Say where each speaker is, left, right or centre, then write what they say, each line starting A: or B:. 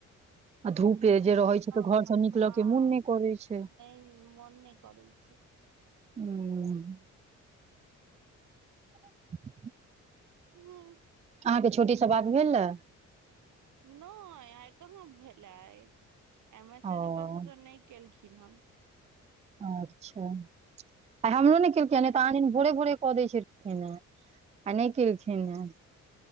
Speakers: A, on the right; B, on the right.
A: आ धूप जे रहै छैय तऽ
B: अपन
A: घर सँ निकलय
B: हँ
A: के मोन नै करै छैय।
B: नहि मोन नहि करै छै
A: हू <unintelligible> <inaudible>
B: मी
A: आहाँके छोटी से बात भेलै?
B: नैय आय कहाँ भेल आय ए मैसेजो
A: ओ
B: -तैसेजो नै केलखिन हन।
A: अच्छा आय हमरो नेै केलकै या नै तऽ आन दीन भोरे -भोरे कऽ दै छेलखिन आय नैय केलखिन हें।